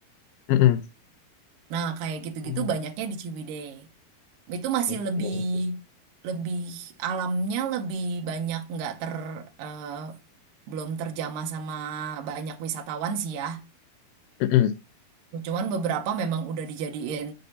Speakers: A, on the left; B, on the right.
A: Mm-mm.
B: Nah, kayak gitu-gitu
A: Oh,
B: banyaknya di Ciwidey. Itu masih
A: I see,
B: lebih
A: I see.
B: lebih alamnya lebih banyak nggak ter eh, belum terjamah sama banyak wisatawan sih ya.
A: Mm-mm.
B: Cuman beberapa memang udah dijadiin